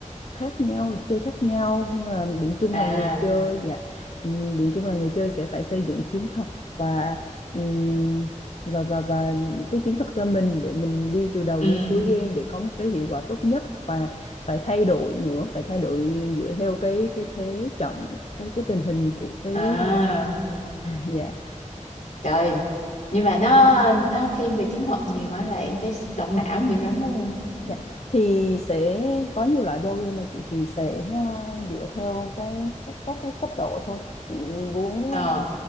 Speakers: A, on the left (about 50°); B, on the left (about 70°).
A: khác nhau, luật chơi khác nhau nhưng mà điểm chung
B: à
A: là người chơi dạ ừm, điểm chung là người chơi sẽ phải xây dựng chiến thuật và ừm, và và và cái chiến thuật cho mình để mình đi từ đầu
B: ừ
A: đến cuối game để có một cái hiệu quả tốt nhất và phải thay đổi nữa, phải thay đổi dựa theo cái cái thế trận cái cái tình hình của cái
B: à
A: dạ
B: trời nhưng mà nó nó thiên về chiến thuật nhiều hả là em phải động não nhiều lắm luôn
A: Dạ. Thì sẽ có nhiều loại board game mà chị thì sẽ ờ, dựa theo cái các, các cái cấp độ thôi. Chị muốn
B: ờ
A: ờ,